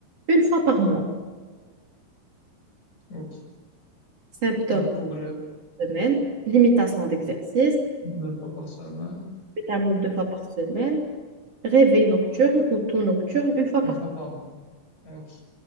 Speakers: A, on the right (about 40°); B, on the left (about 45°).
A: une fois par mois?
B: OK.
A: Symptômes
B: Donc, pour le
A: par semaine, limitation d'exercice,
B: deux fois par semaine,
A: pétamol deux fois par semaine, réveil nocturne ou toux nocturne une fois
B: une
A: par
B: fois
A: mois.
B: par mois. OK.